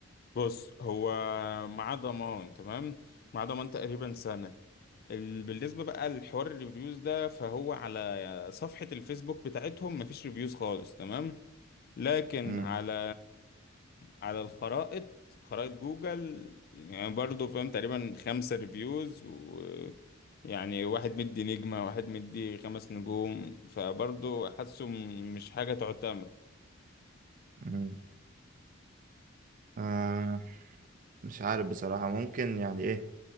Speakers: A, on the left; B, on the right.
A: بص هو مع ضمان تمام مع ضمان تقريبا سنه ال- بالنسبه بقى لحوار الريفيوز ده فهو على صفحه الفيسبوك بتاعتهم مفيش ريفيوز خالص تمام لكن
B: م-
A: على على الخرائط خرائط جوجل يعني برضو فاهم تقريبا خمسة ريفيوز و يعني واحد مدي نجمة واحد مدي خمس نجوم فبرضو حاسه م- مش حاجة تعتمد
B: م. آه، مش عارف بصراحة ممكن يعني ايه